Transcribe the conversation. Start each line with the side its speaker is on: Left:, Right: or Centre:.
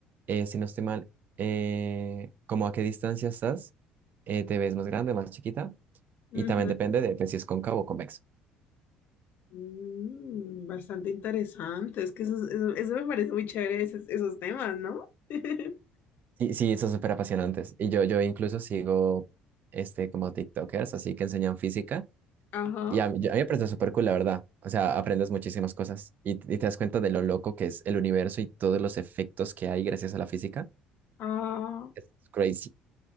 Right: eh, si no estoy mal, eh, como a qué distancia estás, eh, te ves más grande, más chiquita.
Left: ujú,
Right: Y también depende de pues, si es cóncavo o convexo.
Left: mm, bastante interesante, es que eso, eso, eso me parece muy chévere, esos, esos temas, ¿no? <laughs>
Right: Sí, sí, son súper apasionantes. Y yo, yo incluso sigo este, como TikTokers, así que enseñan física.
Left: Ajá.
Right: Y a mí, yo- a mí me parece súper cool, la verdad. O sea, aprendes muchísimas cosas y, y te das cuenta de lo loco que es el universo y todos los efectos que hay gracias a la física.
Left: Ah.
Right: Es crazy.